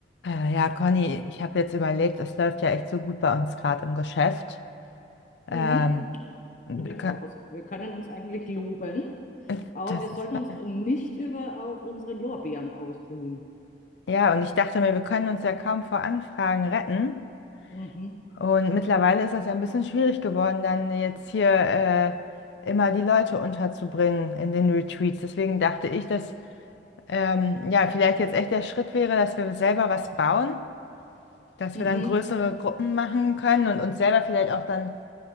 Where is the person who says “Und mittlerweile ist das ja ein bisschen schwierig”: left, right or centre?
Left